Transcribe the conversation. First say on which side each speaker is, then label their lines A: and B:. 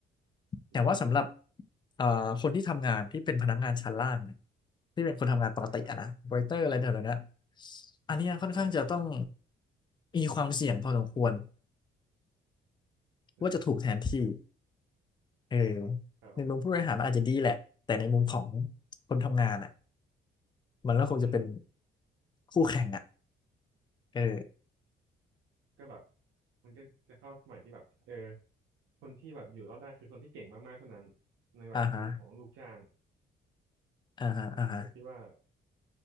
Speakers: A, on the left; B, on the right.
A: ๆแต่ว่าสำหรับ
B: ถูกต้อง
A: เอ่อคนที่ทำงานที่เป็นพนักงานชั้นล่างเนี่ยที่เป็นคนทำงานปกติอะนะเวเตอร์อะไรแถวๆเนี้ย
B: นะครับ
A: อันเนี้ยค่อนข้างจะต้อง
B: อืม
A: มีความเสี่ยงพอสมควร
B: ใช่
A: ว่าจะถูกแทนที่เออ
B: ครับผม
A: ในมุมผู้บริหารมันอาจจะดีแหละแต่ในมุมของคนทำงานอ่ะ มันก็คงจะเป็น
B: อืม
A: คู่แข่งอ่ะเออ
B: ก็แบบมันก็จะเข้าสมัยที่แบบเออคนที่แบบอยู่รอดได้คือคนที่เก่งมากๆเท่านั้นในแบบมุมของลูกจ้าง
A: อ่าฮะอ่าฮะอ่าฮะ
B: อืมผมคิดว่า